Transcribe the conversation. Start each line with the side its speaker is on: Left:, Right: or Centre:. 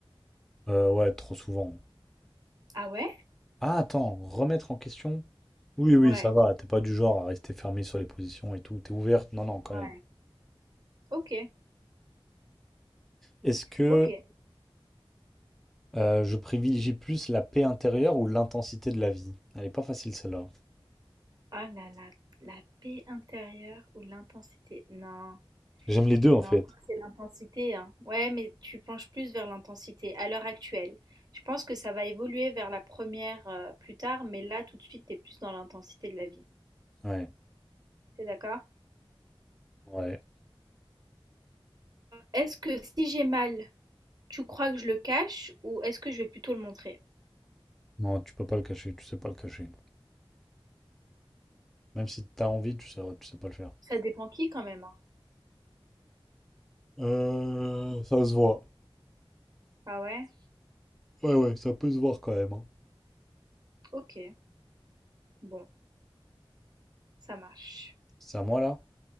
Centre: Euh, ouais, trop souvent.
Right: Ah ouais?
Centre: Ah, attends, remettre en question? Oui, oui,
Right: Ouais,
Centre: ça va. T'es pas du genre à rester fermé sur les positions et tout. T'es ouverte. Non, non, quand
Right: ouais.
Centre: même.
Right: Ok,
Centre: Est-ce que
Right: ok.
Centre: Euh, je privilégie plus la paix intérieure ou l'intensité de la vie. Elle est pas facile celle-là.
Right: Ah là là, la paix intérieure ou l'intensité? Non,
Centre: J'aime les deux en
Right: non,
Centre: fait.
Right: toi, c'est l'intensité, hein. Ouais, mais tu penches plus vers l'intensité à l'heure actuelle. Je pense que ça va évoluer vers la première euh, plus tard, mais là, tout de suite, t'es plus dans l'intensité de la vie.
Centre: Ouais.
Right: T'es d'accord?
Centre: Ouais.
Right: Est-ce que si j'ai mal, tu crois que je le cache ou est-ce que je vais plutôt le montrer?
Centre: Non, tu peux pas le cacher, tu sais pas le cacher. Même si t'as envie, tu sais, tu sais pas le faire.
Right: Ça dépend qui quand même, hein.
Centre: Euh, ça se voit.
Right: Ah ouais?
Centre: Ouais, ouais, ça peut se voir quand même. hein.
Right: Ok, bon, ça marche.
Centre: C'est à moi là.